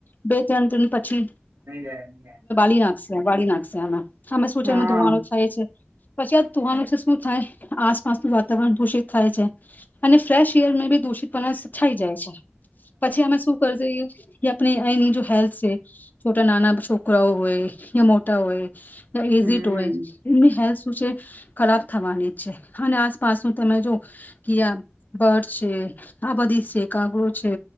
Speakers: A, on the left; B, on the right.
A: બે ત્રણ ત્રણ પછી
B: નહી જ ન આ
A: ડી નાખશે વાળડી નાખશે એમાં અમે શું
B: હા
A: છે એમાં ધોવાનુંું થાય છે પછી આ તવાનું છે શું થાય આસપાસનું વાતાવરણ દૂષિત થાય છે અને ફ્રેશ એર બી દૂષિતપ છઇ જાય છે પછી અમે શું કરજઈએ આપ આની જો હેલ્થ છે છોટા નાના છો કુકરાઓ હોય યા મોટા હોય ઝી
B: હમ
A: ટુ હ ઇી હેલ્પ શ છે ખરાબ થવાની જ છે અને આસપાસનું તમે જો કે આ બર્ડ છે આ બધી છે કાગુ છે